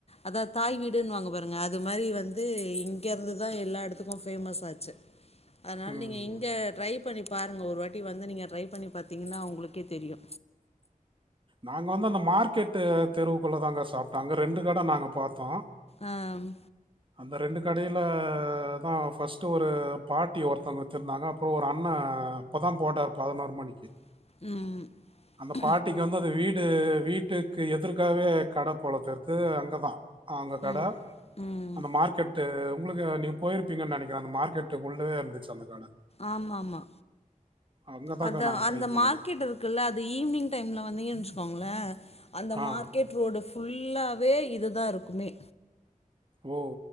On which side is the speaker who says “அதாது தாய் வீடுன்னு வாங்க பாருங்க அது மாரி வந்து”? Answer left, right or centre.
Left